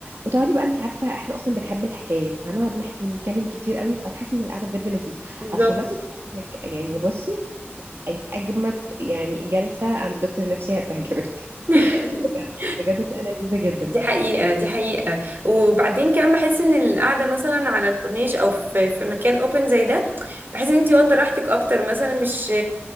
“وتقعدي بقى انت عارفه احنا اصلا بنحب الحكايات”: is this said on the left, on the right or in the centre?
Right